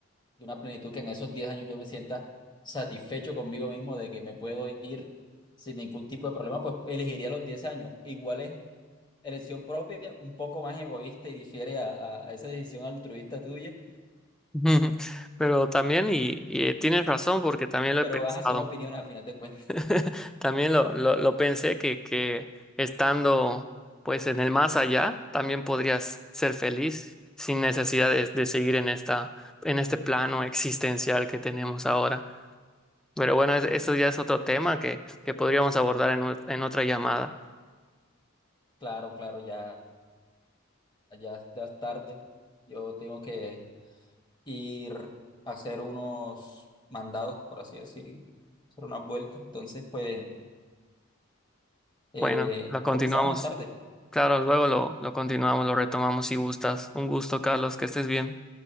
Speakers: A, on the left (about 20°); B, in the centre.
A: y una plenitud que en esos 10 años yo me sienta satisfecho conmigo mismo de que me puedo ir sin ningún tipo de problema, pues elegiría los 10 años. Igual es Elección propia, un poco más egoísta y difiere a, a- a esa decisión altruista tuya,
B: <laughs> Pero también, y, y eh, tienes razón porque también lo
A: pero
B: he pensado.
A: ajá, son opiniones a final de cuentas.
B: <laughs>
A: <laughs>
B: También lo, lo, lo pensé que, que estando pues en el más allá, también podrías ser feliz sin necesidad de, de seguir en esta, en este plano existencial que tenemos ahora. Pero bueno, es- eso ya es otro tema que, que podríamos abordar en, u- en otra llamada.
A: Claro, claro, ya, ya, ya es tarde. Yo tengo que ir a hacer unos mandados, por así decir, hacer unas vueltas. Entonces, pues, eh,
B: Bueno, lo continuamos.
A: comenzamos más tarde.
B: Claro, luego lo, lo continuamos, lo retomamos si gustas. Un gusto, Carlos, que estés bien.